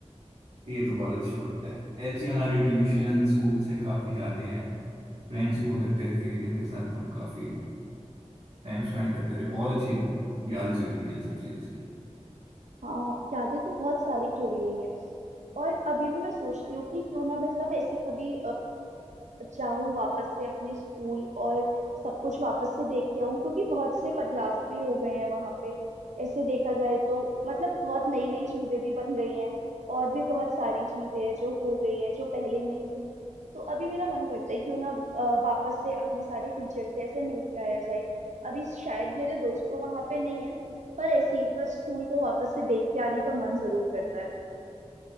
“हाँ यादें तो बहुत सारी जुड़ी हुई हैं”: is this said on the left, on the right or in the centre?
Right